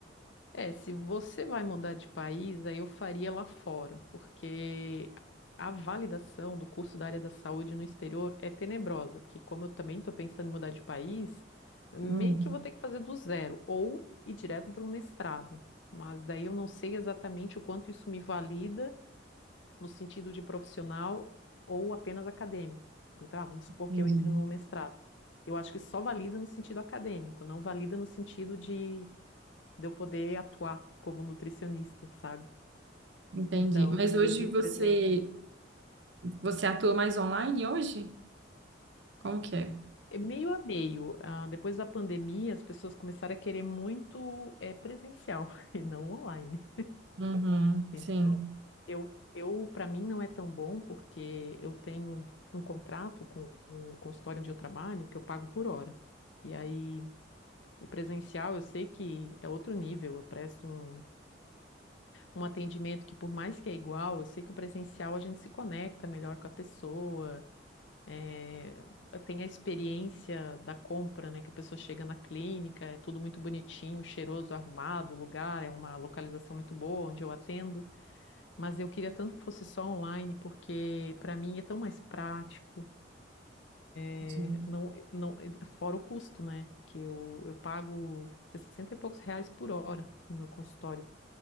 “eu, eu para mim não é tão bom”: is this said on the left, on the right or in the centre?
Left